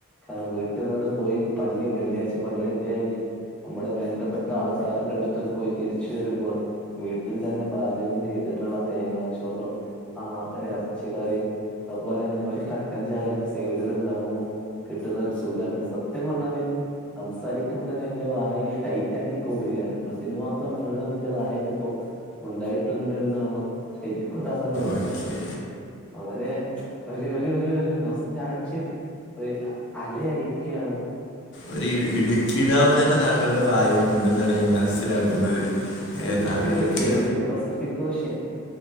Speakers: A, in the centre; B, on the left (about 55°).
A: കാരണം വീട്ടിൽ നിന്ന് പോയി പള്ളി വെള്ളിയാഴ്ച പള്ളി പോയി കഴിഞ്ഞ് നമ്മുടെ വേണ്ടപ്പെട്ട ആൾക്കാരുടെ അടുത്തൊക്ക പോയി തിരിച്ചുവരുമ്പോൾ വീട്ടിൽ തന്നെ പാചകം ചെയ്തിട്ടുള്ള തേങ്ങാ ചോറും ആ ഒരു ഇറച്ചി കറിയും അതുപോലെ തന്നെ ഒരു കട്ടൻ ചായ കൂടെ സൈഡിലുണ്ടാവുമ്പോ കിട്ടുന്ന ഒരു സുഖം ഉണ്ട് സത്യം പറഞ്ഞാല് സംസാരിക്കുമ്പോൾ തന്നെ എൻ്റെ വായിൽ ടൈറ്റാനിക് ഓടുകയാണ്. അതിന് മാത്രം വെള്ളം എന്റെ വായിലിപ്പം ഉണ്ടായിട്ടുണ്ടെന്നോണം ശരിക്കും താങ്കൾ മനസ്സിലാക്കാൻ
B: ഓക്കെ
A: വളരെ ഒരു ഒരു ഒരു നൊസ്റ്റാൾജിയ ഒരു അലയടിക്കയാണ്.
B: ഒരു ഇ ഇടുക്കി ഡാം തന്നെ താങ്കളുടെ വായില് ഉണ്ടെന്നാണ് ഞാൻ മനസ്സിലാക്കുന്നത്. ഏ,
A: ഇടുക്കിയൊക്കെ
B: താങ്കൾക്ക്
A: ചെറുത് പെസഫിക് ഓഷ്യൻ.